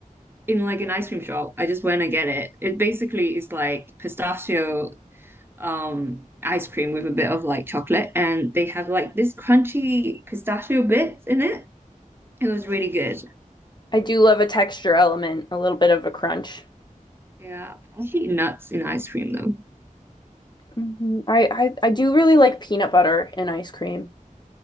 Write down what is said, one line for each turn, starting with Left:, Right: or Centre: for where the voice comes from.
Right: in like an ice cream shop. I just went and get it. It basically is like pistachio um ice cream with a bit of like chocolate and they have like this crunchy pistachio bits in it. It was really good.
Left: I do love a texture element, a little bit of a crunch.
Right: Yeah. I hate nuts in ice cream though.
Left: hmm I, I I do really like peanut butter in ice cream.